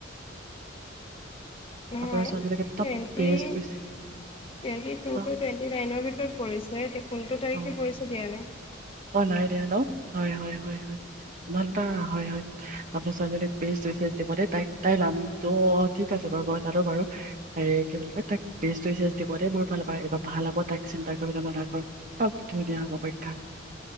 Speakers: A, on the left (about 30°); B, on the right (about 45°).
A: অ',
B: আপোনাৰ ছোৱালীজনীক একদম
A: twenty,
B: best wish
A: twenty two two
B: অ
A: টুৱেণ্টি নাইনৰ ভিতৰত পৰিছে। ধেই তে কোনটো তাৰিখে
B: অ
A: পৰিছে দিয়া নাই।
B: অ নাই দিয়া ন? হয়, হয়, হয়, হয়। ইমানটা হয়, হয়, আপনাৰ ছোৱালজনীক বেষ্ট উইচেছ দিব দেই তাইক - তাইৰ লাম টো অ ঠিক আছে বাৰু মই জানো বাৰু, হেৰি কি বুলি এ তাইক বেষ্ট উইচেছ দিব দেই মোৰ ফালৰ পৰা, এইবাৰ ভাল হ'ব তাইক চিন্তা কৰিবলৈ মানা কৰক। ক'ত থ দিয়া হ'ব পৰীক্ষা?